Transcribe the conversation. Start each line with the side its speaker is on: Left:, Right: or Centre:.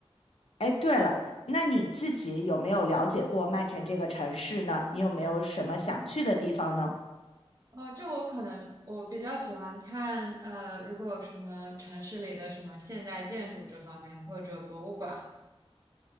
Left: 哎，对了，那你自己有没有了解过曼城这个城市呢？你有没有什么想去的地方呢？
Right: 哦，就我可能我比较喜欢看呃，如果有什么城市里的什么现代建筑这方面或者博物馆。